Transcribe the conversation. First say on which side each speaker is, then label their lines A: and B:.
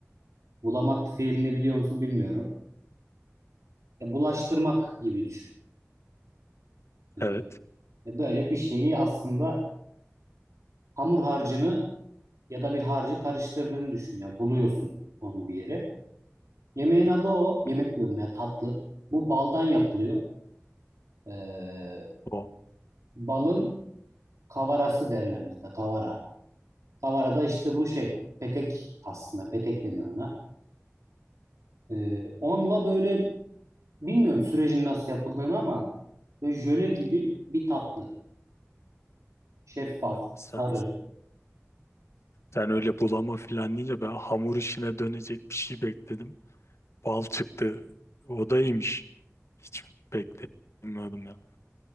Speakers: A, on the right; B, on the left.
A: Bulamak fiilini biliyor musun bilmiyorum. Ya, bulaştırmak gibi düşün. E,
B: evet.
A: ya böyle bir şeyi aslında hamur harcını ya da bir harcı karıştırdığını düşün. Ya buluyorsun onu bir yere. Yemeğin adı o. Yemek
B: Hı.
A: diyorum ya tatlı. Bu baldan yapılıyor. Ee,
B: O
A: balın kavarası derler bizde kavara. Kavara da işte bu şey petek aslında petek denir ona. Ee, onunla böyle bilmiyorum sürecin nasıl yapıldığını ama böyle jöle gibi bir tatlı. Şeffaf,
B: ya sen,
A: sarı.
B: sen öyle bulama filan deyince ben hamur işine dönecek bir şey bekledim. Bal çıktı. O da iyiymiş. Hiç beklemiyordum ya.